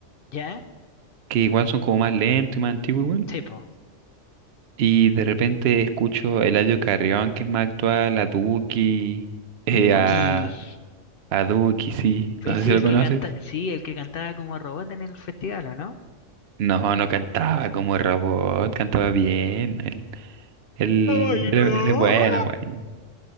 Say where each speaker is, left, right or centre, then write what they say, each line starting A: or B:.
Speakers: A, on the left (about 55°); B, on the right (about 60°).
A: ¿Ya?
B: que igual son como más lentos y más antiguos igual.
A: Sí, po.
B: Y de repente escucho a Eladio Carrión, que es más actual, a Duki, eh,
A: Duki,
B: a, a Duki, sí.
A: es
B: No sé si
A: el
B: lo conoces.
A: que canta, sí, el que cantaba como robot en el festival, ¿o no?
B: No, no cantaba como robot, cantaba bien. Él, él,
A: Ay, no.
B: él, es él es bueno, bueno.